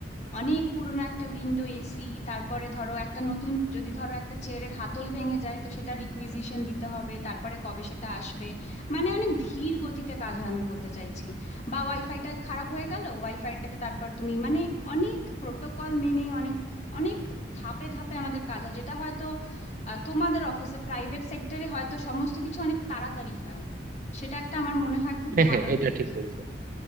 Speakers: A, on the left (about 40°); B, on the right (about 50°).
A: অনেক পুরনো একটা উইন্ডো এসি তারপরে ধরো একটা নতুন যদি ধরো একটা চেয়ারের হাতল ভেঙে যায় তো সেটা রিকুইজিশন দিতে হবে তারপরে কবে সেটা আসবে মানে অনেক ধীর গতিতে কাজ হয় আমি বলতে চাইছি বা ওয়াইফাইটা খারাপ হয়ে গেল ওয়াইফাইটাতে তারপর তুমি মানে অনেক প্রোটোকল মেনে অনেক অনেক ধাপে ধাপে আমাদের কাজ হয় যেটা হয়তো আহ, তোমাদের অফিসে প্রাইভেট সেক্টরে হয়তো সমস্ত কিছু অনেক তাড়াতাড়ি হয় সেটা একটা আমার মনে হয় খুব
B: হ্যাঁ
A: ভালো
B: হ্যাঁ এটা
A: দিক
B: ঠিক বলছো